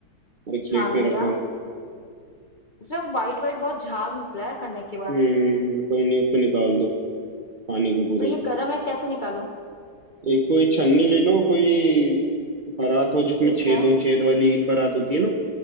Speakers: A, on the right; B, on the left.
A: और एक
B: छान
A: प्लेट में
B: लिया
A: रखो
B: इसमें वाइट वाइट बहुत झाग निकला है करने के बाद
A: हम्म कोई नहीं उसको निकाल दो पानी को पूरे
B: तो ये
A: को
B: गर्म है कैसे निकालूं
A: एक कोई छन्नी ले लो कोई परात हो जिसमें
B: ठीक
A: छेद
B: है
A: हो छेद वाली परात होती है ना